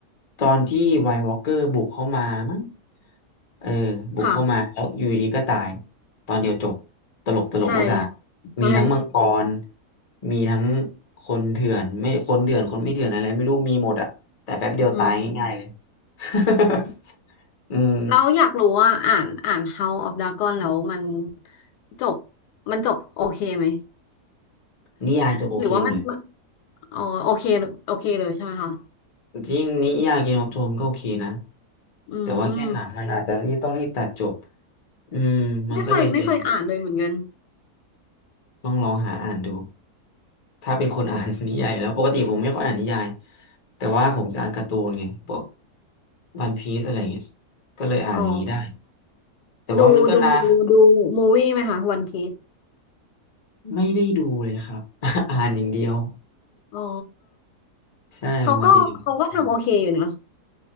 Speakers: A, on the left; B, on the left.
A: ตอนที่ไวท์วอล์กเกอร์บุกเข้ามามั้งเออบุกเข้ามาแล้วอยู่ดีก็ตาย
B: ค่ะ
A: ตอนเดียวจบตลกตลกอุตส่าห์
B: ใช่ใช่
A: มีทั้งมังกรมีทั้งคนเถื่อนไม่คนเถื่อนคนไม่เถื่อนอะไรไม่รู้มีหมดอะแต่แป๊บเดียวตายง่ายๆเลย
B: อืม
A: <laughs> อืม
B: เราอยากรู้ว่าอ่านอ่าน House of Dragon แล้วมันจบมันจบโอเคไหม
A: นิยายจบโอเคหมดเลย
B: หรือว่ามันอ๋อโอเคโอเคเลยใช่ไหมคะ
A: จริงนิยายเกมออฟโทนก็โอเคนะ
B: อื
A: แต่ว่าแค่หนังมันอาจจะรีบต้องรีบตัดจบ
B: ม
A: อืมมันก็เลยเป็น
B: ไม่เคยไม่เคยอ่านเลยเหมือนกัน
A: ต้องลองหาอ่านดูถ้าเป็นคนอ่าน <laughs> นิยายอยู่แล้วปกติผมไม่ค่อยอ่านนิยายแต่ว่าผมจะอ่านการ์ตูนไงพวกวันพีซอะไรเงี้ยก็เลยอ่านอย่างนี้ได้
B: อ๋อ
A: แต่ว่ามันก็นาน
B: ดูดูดูมูวี่ไหมคะวันพี e
A: ไม่ได้ดูเลยครับ <laughs> อ่านอย่างเดียว
B: อ๋อ
A: ใช่ปกติ
B: เขาก็เขาก็ทำโอเคอยู่นะ
A: อ่าน